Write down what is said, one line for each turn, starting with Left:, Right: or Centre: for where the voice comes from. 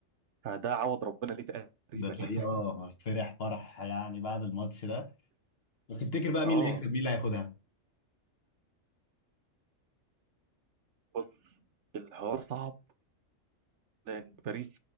Right: فده عوض ربنا ليه تقريبا
Left: ده تلاقيه
Right: <laughs>
Left: اه فرح فرح يعني بعد الماتش ده بس تفتكر بقى
Right: اه
Left: مين اللي هيكسب مين اللي هياخدها
Right: بص الحوار صعب لان باريس